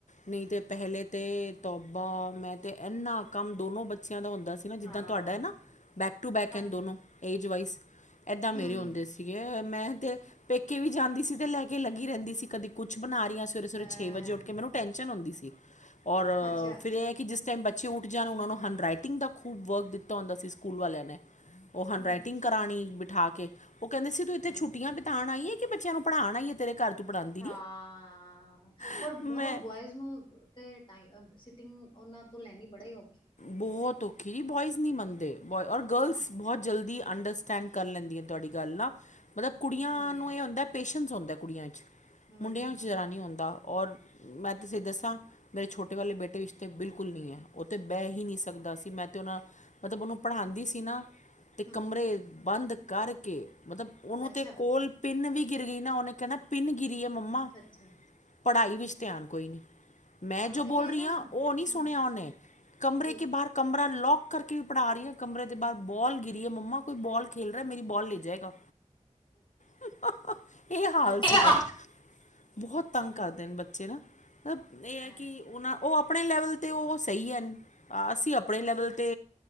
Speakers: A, on the left; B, on the left.
A: ਨਹੀਂ ਤਾਂ ਪਹਿਲੇ ਤੇ ਤੋਬਾ ਮੈਂ ਤੇ ਐਨਾ ਕੰਮ ਦੋਨੋਂ ਬੱਚਿਆਂ ਦਾ ਹੁੰਦਾ ਸੀ ਨਾ, ਜਿੱਦਾਂ
B: ਹਾਂ
A: ਤੁਹਾਡਾ ਹੈ ਨਾ। ਬੈਕ ਟੂ ਬੈਕ
B: ਹਾਂਜੀ
A: ਐਨ ਦੋਨੋਂ ਏਜ ਵਾਈਜ਼, ਐਦਾਂ ਮੇਰੇ
B: ਹੂੰ
A: ਹੁੰਦੇ
B: ਹੂੰ
A: ਸੀ। ਠੀਕ ਐ, ਮੈਂ ਤੇ ਪੇਕੇ ਵੀ ਜਾਂਦੀ ਸੀ ਤੇ ਲੈ ਕੇ ਲੱਗੀ ਰਹਿੰਦੀ ਸੀ, ਕਦੇ ਕੁੱਛ ਬਣਾ ਰੀਆਂ। ਸਵੇਰੇ-ਸਵੇਰੇ
B: ਹਾਂ
A: ਛੇ ਵਜੇ ਉੱਠ ਕੇ ਮੈਨੂੰ ਟੈਨਸ਼ਨ ਹੁੰਦੀ ਸੀ, ਔਰ
B: ਅੱਛਾ
A: ਫਿਰ ਇਹ ਹੈ ਕਿ ਜਿਸ ਟੈਮ ਬੱਚ ਪਿੱਛੇ ਉੱਠ ਜਾਣ ਉਹਨਾਂ ਨੂੰ ਹੈਂਡਰਾਈਟਿੰਗ ਦਾ ਖੂਬ ਵਰਕ ਦਿੱਤਾ ਹੁੰਦਾ ਸੀ ਸਕੂਲ ਵਾਲਿਆਂ ਨੇ, ਉਹ ਹੈਂਡ
B: ਹੂੰ
A: ਰਾਈਟਿੰਗ ਕਰਾਣੀ ਬਿਠਾ ਕੇ, ਉਹ ਕਹਿੰਦੇ ਸੀ ਤੂੰ ਇੱਥੇ
B: ਹੂੰ
A: ਛੁੱਟੀਆਂ ਬਿਤਾਣ ਆਈਏ ਕਿ ਬੱਚਿਆਂ ਨੂੰ ਪੜ੍ਹਾਣ ਆਈਏ, ਤੇਰੇ ਘਰ ਤੂੰ ਪੜ੍ਹਾਉਂਦੀ
B: ਹਾਂ,
A: ਨਹੀਂ
B: ਹੋਰ-
A: ਮੈਂ
B: ਹੋਰ ਬੋਆਏਜ਼ ਉਹਨੂੰ ਟੈ ਤੇ ਸੀਟਿੰਗ ਉਹਨਾਂ ਤੋਂ ਲੈਣੀ ਬੜਾ ਹੀ ਔਖੀ।
A: ਬਹੁਤ ਔਖੀ ਜੀ ਬੋਆਇਜ਼ ਨਹੀਂ ਮੰਨਦੇ, ਬੌ ਔਰ
B: ਹੈ
A: ਗਰਲਸ
B: ਹਨਾ
A: ਬਹੁਤ ਜਲਦੀ ਅੰਡਰਸਟੈਂਡ ਕਰ ਲੈਂਦੀਆਂ ਤੁਹਾਡੀ
B: ਹੂੰ
A: ਗੱਲ ਨਾ, ਮਤਲਬ ਕੁੜੀਆਂ
B: ਹੂੰ
A: ਨੂੰ ਇਹ ਹੁੰਦਾ ਪੇਸ਼ੈਂਸ ਹੁੰਦਾ ਕੁੜੀਆਂ ਚ।
B: ਹੂੰ,
A: ਮੁੰਡਿਆਂ
B: ਹੂੰ,
A: ਵਿੱਚ ਜ਼ਰਾ
B: ਹੂੰ, ਹੂੰ,
A: ਨਹੀਂ ਹੁੰਦਾ, ਔਰ ਮੈਂ ਤੁਸੀਂ ਦੱਸਾਂ, ਮੇਰੇ ਛੋਟੇ ਵਾਲੇ ਬੇਟੇ ਵਿਚ ਤੇ ਬਿਲਕੁਲ ਨਹੀਂ ਐ। ਉਹ ਤੇ ਬਹਿ ਹੀ ਨਹੀਂ ਸਕਦਾ ਸੀ, ਮੈਂ ਤੇ ਉਹਨਾਂ ਮਤਲਬ ਉਹਨੂੰ ਪੜ੍ਹਾਂਦੀ ਸੀ ਨਾ। ਤੇ
B: ਹੂੰ
A: ਕਮਰੇ ਬੰਦ ਕਰਕੇ, ਮਤਲਬ ਉਹਨੂੰ
B: ਅੱਛਾ,
A: ਤੇ ਕੋਲ ਪਿੰਨ ਵੀ ਗਿਰ ਗਈ ਨਾ, ਉਹਨੇ ਕਹਿਣਾ ਪਿੰਨ ਗਿਰੀ ਐ ਮੰਮਾ।
B: ਅੱਛਾ
A: ਪੜ੍ਹਾਈ ਵਿੱਚ ਧਿਆਨ ਕੋਈ ਨਹੀਂ, ਮੈਂ
B: ਹਾਂ
A: ਜੋ
B: ਇਹ
A: ਬੋਲ ਰਹੀ
B: ਨਾ
A: ਆਂ ਉਹ ਨਹੀਂ ਸੁਣਿਆ
B: ਹੂੰ
A: ਉਹਨੇ, ਕਮਰੇ
B: ਜੀ
A: ਕੇ ਬਾਹਰ ਕਮਰਾ ਲੌਕ ਕਰਕੇ ਵੀ ਪੜ੍ਹਾ ਰਹੀ ਆਂ, ਕਮਰੇ ਦੇ ਬਾਹਰ ਬੌਲ ਗਿਰੀ ਐ ਮੰਮਾ ਕੋਈ ਬੋਲ ਖੇਲ ਰਿਹਾ, ਮੇਰੀ ਬੌਲ ਲੇ ਜਾਏਗਾ। <unintelligible> ਹ-ਹ-ਹ ਇਹ ਹਾਲ
B: ਅੱਛਾ,
A: ਸੀਗਾ, ਬਹੁਤ ਤੰਗ ਕਰਦੇ
B: ਅੱਛਾ
A: ਨੇ ਬੱ ਬੱਚੇ ਨਾ ਮਤਲਬ ਇਹ ਐ,
B: ਹਾਂ
A: ਕਿ ਉਹ ਨਾ ਉਹ ਆਪਣੇ ਲੈਵਲ ਤੇ ਉਹ ਸਹੀ ਐ। ਅਸੀਂ ਆਪਣੇ ਲੈਵਲ ਦੇ